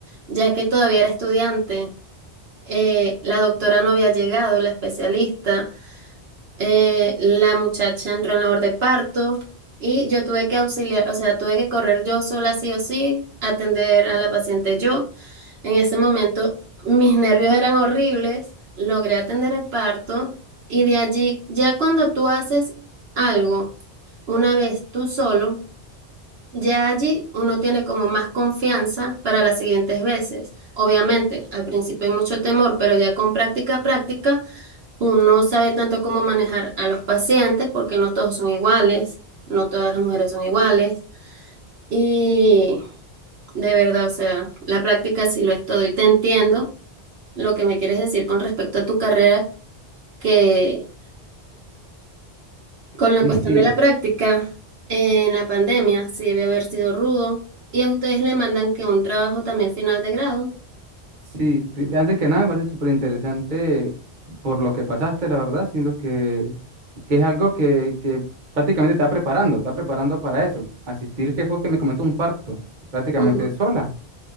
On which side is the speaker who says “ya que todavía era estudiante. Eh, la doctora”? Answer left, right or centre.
Right